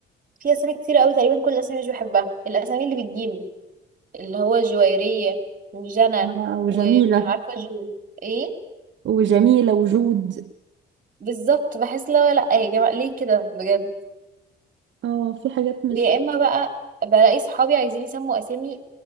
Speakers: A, on the right; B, on the right.
A: في اسامي كتير قوي تقريبا كل الاسامي مش بحبها الاسامي اللي بالجيم اللي هو جويرية وجنى
B: آه وجميلة
A: ومش عارفة جو ايه
B: وجميلة وجود
A: بالظبط بحس لا لا يا جماعة ليه كده بجد
B: اه في حاجات مش
A: ويا اما بقى بلاقي صحابي عايزين يسموا اسامي